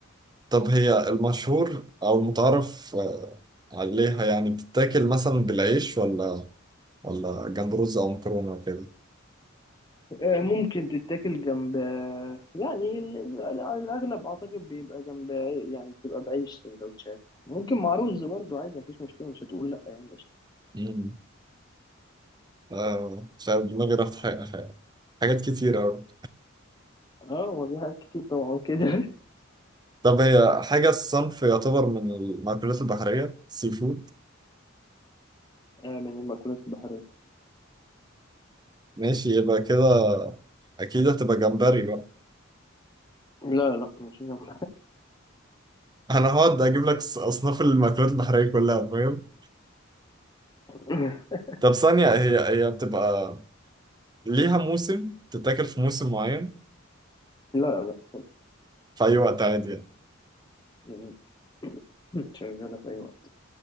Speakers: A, on the right; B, on the left.
A: طب هي المشهور أو المتعارف آه عليها يعني بتتاكل مثلا بالعيش ولا ولا جنب رز أو مكرونة وكده
B: آه، ممكن تتاكل جنب آه، يعني ال- ال- الأغلب أعتقد بيبقى جنب عي- يعني بتبقى بعيش سندوتشات ممكن مع رز برضو عادي مفيش مشكلة مش هتقول لأ يعني قشطة
A: مم. آه مش عارف دماغي راحت حاجة حاجة- حاجات كتير أوي
B: اه هو في حاجات كتير طبعا كده <laughs>
A: طب هي حاجة الصنف يعتبر من المأكولات البحرية سي فود
B: آه، من المأكولات البحرية
A: ماشي يبقى كده أكيد هتبقى جمبري بقى
B: لا لا مش جنب
A: انا هقعد اجيب لك ص- اصناف المأكولات البحرية كلها فاهم
B: <laughs>
A: طب ثانية هي هي بتبقى ليها موسم تتاكل في موسم معين
B: لا لا خالص
A: في اي وقت عادي يعني
B: م- م. <clears throat> شغالة في أي وقت